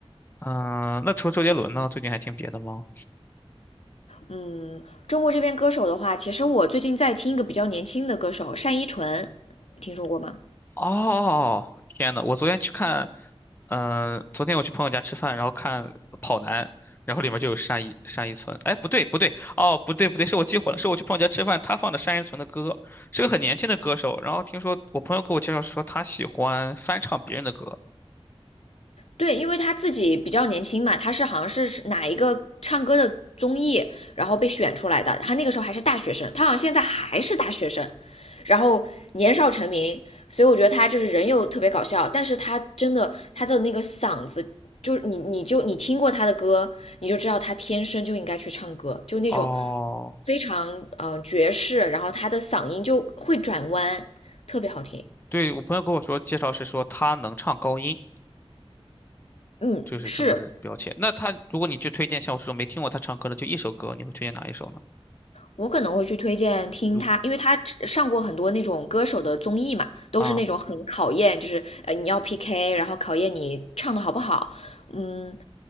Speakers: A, on the left (about 20°); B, on the left (about 80°).
A: 嗯，那除了周杰伦呢，最近还听别的吗？
B: 嗯，中国这边歌手的话，其实我最近在听一个比较年轻的歌手单依纯，听说过吗？
A: 哦，天呐，我昨天去看，嗯、昨天我去朋友家吃饭，然后看《跑男》，然后里面就有单依单依纯。哎，不对不对，哦，不对不对，是我记混了，是我去朋友家吃饭，他放的单依纯的歌，是个很年轻的歌手。然后听说我朋友给我介绍说他喜欢翻唱别人的歌。
B: 对，因为他自己比较年轻嘛，他是好像是是哪一个唱歌的综艺，然后被选出来的。他那个时候还是大学生，他好像现在还是大学生，然后年少成名，所以我觉得他就是人又特别搞笑，但是他真的他的那个嗓子，就是你你就你听过他的歌，你就知道他天生就应该去唱歌，就那种
A: 哦，
B: 非常嗯爵士，然后他的嗓音就会转弯，特别好听。
A: 对，我朋友跟我说介绍是说他能唱高音，
B: 嗯，
A: 就是这么标签。
B: 是。
A: 那他如果你去推荐像我这种没听过他唱歌的就一首歌，你会推荐哪一首呢？
B: 我可能会去推荐听他，
A: 如果
B: 因为他上过很多那种歌手的综艺嘛，都是那种很考验，
A: 啊，
B: 就是呃你要 PK，然后考验你唱的好不好。嗯，